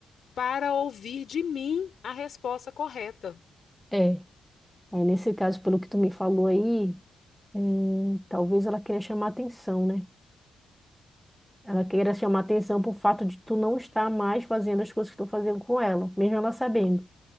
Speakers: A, on the left; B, in the centre.
A: para ouvir de mim a resposta correta.
B: É. Aí nesse caso, pelo que tu me falou aí, é, talvez ela queira chamar atenção, né? Ela queira chamar atenção pro fato de tu não estar mais fazendo as coisas que tu tá fazendo com ela, mesmo ela sabendo.